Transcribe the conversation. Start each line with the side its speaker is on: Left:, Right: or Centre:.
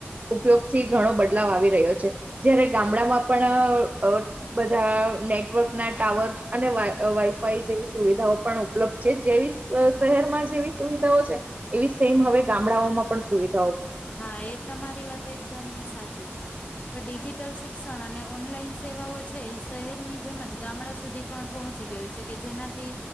Right: ઉપયોગથી ઘણો બદલાવ આવી રહ્યો છે જયારે ગામડામાં પણ બધા નેટવર્ક ના ટાવર અને વાઈફાઈ જેવી સુવિધાઓ પણ ઉપલબ્ધ છે જેવી શહેરમાં જેવી સુવિધાઓ છે એવી સેમ હવે ગામડાઓમાં પણ સુવિધા
Left: હા એ તમારી વાત એકદમ સાચી છે હ ડિજિટલ શ શિક્ષણ અને ઓનલાઈન સેવાઓ છે એ શહેરની જેમજ ગામડા સુધી પણ પહોંચી ગયું છે કે જેનાથી